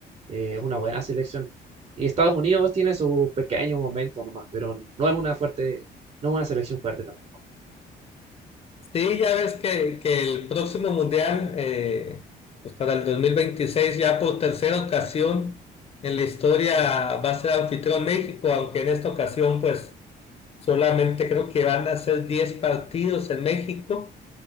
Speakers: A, on the right; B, on the left.
A: eh, es una buena selección. Y Estados Unidos tiene su pequeño momento nomás, pero no es una fuerte, no es una selección fuerte tampoco.
B: Sí, ya ves que, que el próximo mundial, eh, pues para el 2026 ya por tercera ocasión en la historia va a ser anfitrión México, aunque en esta ocasión pues solamente creo que van a ser 10 partidos en México